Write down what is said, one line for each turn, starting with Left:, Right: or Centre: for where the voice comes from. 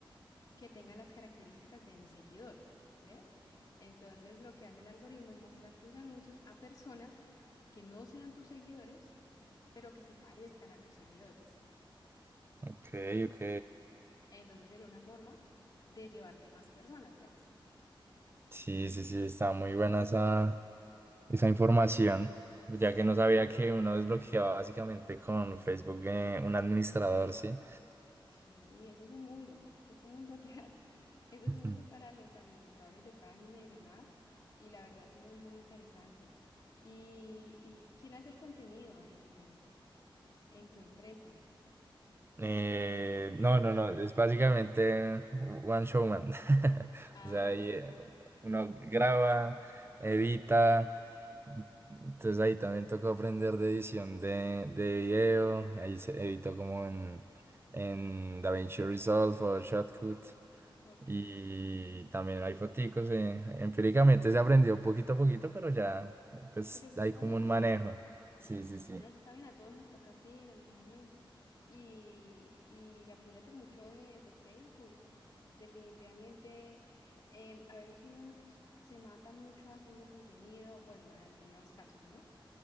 Left: que tenga las características de mis seguidores, ¿ves? Entonces, lo que hace el algoritmo es mostrar tus anuncios a personas que no sean tus seguidores, pero que se parezcan a tus seguidores.
Right: Ok, ok.
Left: Entonces sería una forma de llevarte más personas, ¿ves?
Right: Sí, sí, sí, está muy buena esa. esa
Left: Sí,
Right: información, ya
Left: sí.
Right: que no sabía que uno desbloqueaba básicamente con Facebook eh, un administrador, ¿sí?
Left: Sí, eso es un mundo, eso es un mundo <laughs> atrás, eso es
Right: Ujú.
Left: un mundo para los administradores de página y demás, y la verdad es muy, muy interesante. ¿Y, y quién hace el contenido en tu, en tu empresa?
Right: Eh, no, no, no, es básicamente one showman. <laughs>
Left: Ah,
Right: O sea,
Left: ok,
Right: ahí, eh, uno graba, edita, entonces ahí también tocó aprender de edición de, de video, ahí se editó como en, en DaVinci Resolve o Shotcut.
Left: ok,
Right: Y también hay foticos, eh, Empíricamente se aprendió poquito a poquito, pero ya pues
Left: pero eso
Right: hay
Left: está
Right: como
Left: bien.
Right: un manejo. Sí, sí, sí.
Left: nada eso está bien, a todos nos toca así en algún momento. Y, y apóyate mucho de, de Facebook. Definitivamente, em, a veces uno s- se mata mucho haciendo contenido, bueno, en algunos casos, ¿no?